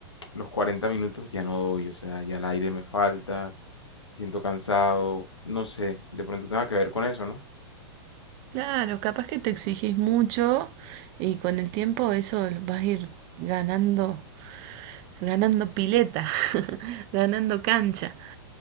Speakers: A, on the left; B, on the right.
A: los 40 minutos ya no doy, o sea, ya el aire me falta, me siento cansado, no sé, de pronto tenga que ver con eso, ¿no?
B: Claro, capaz que te exigís mucho y con el tiempo eso lo vas a ir ganando, ganando pileta, <laughs> ganando cancha.